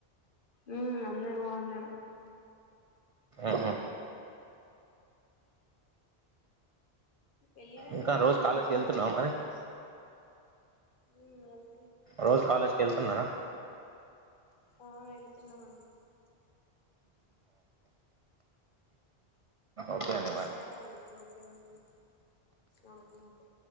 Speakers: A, on the left; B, on the right.
A: ఉమ్ అందరు బాగున్నరు.
B: ఉహు.
A: ఎళ్ళి రండి
B: ఇంకా
A: మీరు
B: రోజు
A: గుడా
B: కాలేజ్కి
A: బాగుంటది
B: వెళ్తున్నావా మరి
A: ప్లేస్. మ్ ఎల్
B: రోజూ కాలేజ్ ఎళ్తున్నారా?
A: ఆ ఎళ్తున్నమండి.
B: ఓకే అండి మరి
A: సరే అండి మరి ఓకే ఉంటుం ఆ ఓకే